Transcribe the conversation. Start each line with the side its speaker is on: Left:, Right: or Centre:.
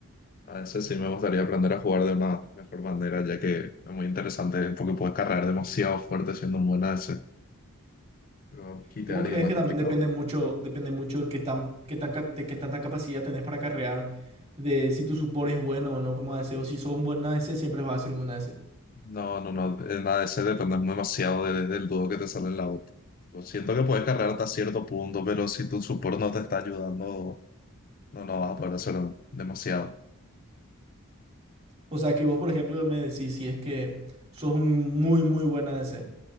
Left: ADC sí me gustaría aprender a jugar de una mejor manera, ya que es muy interesante porque puedes cargar demasiado fuerte siendo un buen ADC. Pero quitear
Right: ¿Y vos crees
Left: y es más
Right: que
Left: complicado.
Right: también depende mucho, depende mucho qué tan, qué tan, ca- qué tanta capacidad tenés para carrear, de si tu support es bueno o no como ADC, o si sos un buen ADC, siempre vas a ser un buen ADC?
Left: No, no, no. En ADC depende demasiado de- del dúo que te sale en la otra. siento que puedes cargar hasta cierto punto, pero si tu support no te está ayudando, no, no vas a poder hacer demasiado.
Right: O sea, que vos, por ejemplo, me decís si es que sos un muy, muy buen ADC